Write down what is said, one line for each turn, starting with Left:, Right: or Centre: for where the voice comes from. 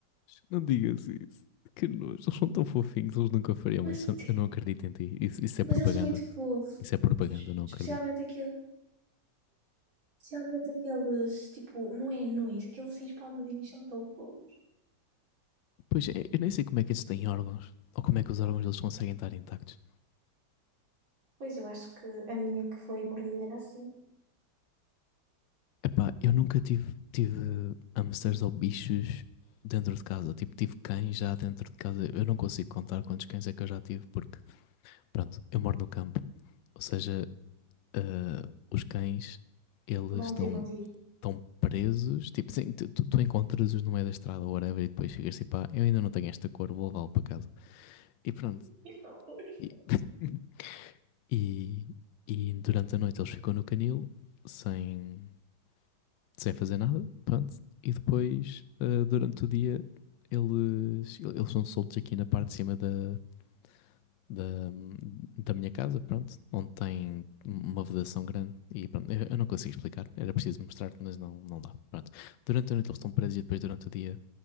Left: Não digas isso. Que nojo. Eles são tão fofinhos, eles nunca fariam
Right: Mas,
Left: isso. Eu não acredito em ti. Isso, isso
Right: mas
Left: é propaganda.
Right: eles são muito fofos.
Left: Isso é propaganda, eu não acredito.
Right: Especialmente aquele, especialmente aqueles, tipo, não é anões, aqueles assim espalmadinhos são tão fofos.
Left: Pois, é, eu nem sei como é que isso tem órgãos. Ou como é que os órgãos deles conseguem estar intactos.
Right: Pois eu acho que a minha que foi mordida era assim.
Left: Epá, eu nunca tive, tive hamsters ou bichos dentro de casa. Tipo, tive cães já dentro de casa. Eu não consigo contar quantos cães é que eu já tive, porque, pronto, eu moro no campo. Ou seja, ah, os cães, eles
Right: Vão
Left: estão
Right: ter contigo.
Left: tão presos. Tipo, sim, tu, tu- tu encontras-os no meio da estrada ou whatever e depois chegas e pá, eu ainda não tenho esta cor, vou levá-lo para casa. E pronto.
Right: <laughs>
Left: E- <laughs> E, e durante a noite eles ficam no canil sem, sem fazer nada, pronto. E depois, ah, durante o dia, eles, eles são soltos aqui na parte de cima da, da, da minha casa, pronto, onde tem uma vedação grande. E pronto, eu, eu não consigo explicar, era preciso mostrar-te, mas não, não dá. Pronto. Durante a noite eles estão presos e depois durante o dia